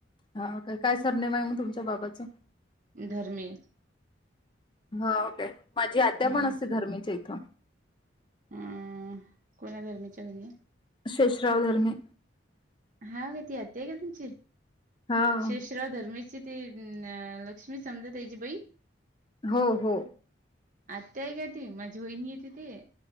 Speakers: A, on the left; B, on the right.
A: हा काय काय सरनेम आहे मग तुमच्या बाबच
B: धर्मे
A: हा ओके माझी आत्या
B: हम्म
A: पण असते धर्मीच्या इथं.
B: अ कोणा धर्मीेच्या घरी
A: शशराव धर्म
B: हा का ती आता का तुमची
A: हाव
B: शष राव धर्मीची ते अ लक्ष्मी समजा त्याची बाई.
A: हो हो.
B: आताय ग ती माझी वहिणी येते तेी